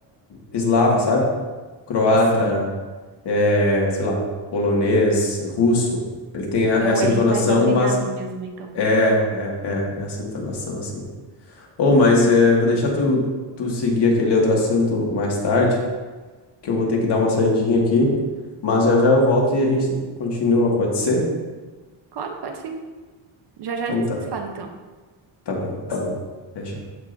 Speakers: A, on the left; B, on the right.
A: eslavas, sabe? Croata,
B: Sim,
A: é, sei lá, polonês, russo. Ele tem a- essa
B: é o R
A: entonação,
B: mais arranhado
A: mas
B: mesmo, então.
A: é, é, é, é essa entonação, assim. Ou,
B: Entendi.
A: mas é, vou deixar tu, tu seguir aquele outro assunto mais tarde, que eu vou ter que dar uma saidinha aqui. Mas já já eu volto e a gente continua, pode ser?
B: Claro, pode sim. Já já
A: Então
B: a gente
A: tá,
B: se fala, então.
A: tá bom, tá bom. Até já.